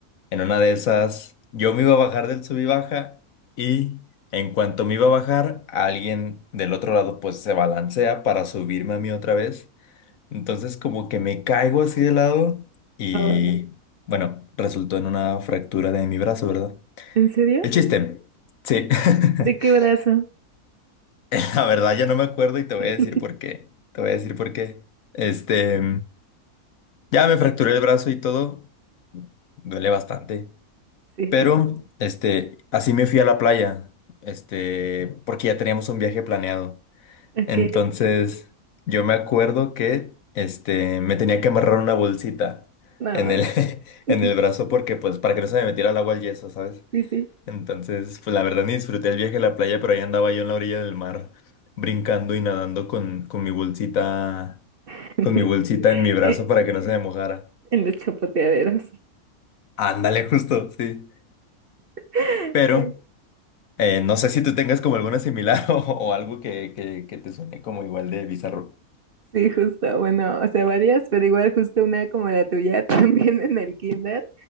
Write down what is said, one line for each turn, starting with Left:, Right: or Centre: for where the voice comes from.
Left: En una de esas, yo me iba a bajar del subibaja y en cuanto me iba a bajar, alguien del otro lado pues se balancea para subirme a mí otra vez. Entonces como que me caigo así de lado y
Right: Oh,
Left: bueno, resultó en una fractura de mi brazo, ¿verdad?
Right: ¿en serio?
Left: El chiste. Sí.
Right: ¿De
Left: <laughs>
Right: qué brazo?
Left: La verdad ya no me acuerdo y te voy
Right: <laughs>
Left: a decir por qué. Te voy a decir por qué. Este, ya me fracturé el brazo y todo. Duele bastante.
Right: Sí.
Left: Pero, este, así me fui a la playa. Este, porque ya teníamos un viaje planeado.
Right: Ok.
Left: Entonces, yo me acuerdo que este, me tenía que amarrar una bolsita
Right: No.
Left: en el, <laughs>
Right: <laughs>
Left: en el brazo porque, pues, para que no se me metiera el agua al yeso, ¿sabes?
Right: Sí, sí.
Left: Entonces, pues, la verdad ni disfruté el viaje a la playa, pero ahí andaba yo en la orilla del mar, brincando y nadando con, con mi bolsita,
Right: <laughs>
Left: con mi bolsita en mi brazo
Right: Eh,
Left: para que no se me mojara.
Right: En los chapoteaderos.
Left: Ándale, <laughs> justo, sí.
Right: <laughs>
Left: Pero, eh, no sé si tú tengas como alguna similar <laughs> o, o algo que, que, que te suene como igual de bizarro.
Right: Sí, justo. Bueno, o sea, varias, pero igual justo una como la tuya <laughs> también en el kinder.